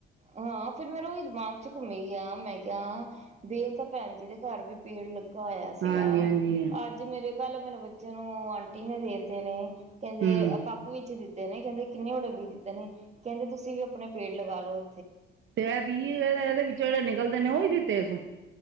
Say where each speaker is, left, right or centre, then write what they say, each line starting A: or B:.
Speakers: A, on the right; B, on the right.
A: ਹਾਂ ਫੇਰ ਮੈਂਰੇ ਉਈ ਦਿਮਾਗ ਚ ਘੁੰਮੀ ਗਿਆ। ਮੈਂ ਬੇਲ ਤਾਂ ਭੈਣ ਜੀ ਦੇ ਘਰ ਵੀ ਪੇੜ ਲੱਗਾ ਹੋਇਆ ਸੀਗਾ
B: ਹਾਂਜੀ-ਹਾਂਜੀ
A: ਅੱਜ ਮੇਰੇ ਪੇਲੇ ਮੇਰੇ ਬੱਚੇਆ ਨੂੰ ਆਂਟੀ ਨੇ ਦੇਤੇ ਨੇ ਕੇਂਦੇ
B: ਹੂੰ
A: ਆ ਕੱਪ ਵਿੱਚ ਦਿੱਤੇ ਤੇ ਨੇ ਦਕੇਂਦੇ ਕਿੰਨੇ ਉਹ ਡੱਬੀ ਦਿੱਤੇ ਨੇ? ਕੇਂਦੇ ਤੁਸੀਂ ਵੀ ਅਪਣੇ ਪੇਡ ਲਗਾ ਲੋ
B: ਤੇ ਏ ਬੀਅ ਏ ਏਦੇ ਵਿੱਚ ਜੇੜੇ ਨਿਕਲਦੇ ਨੇ ਉਈ ਦਿੱਤੇੂ ਸ਼ੂ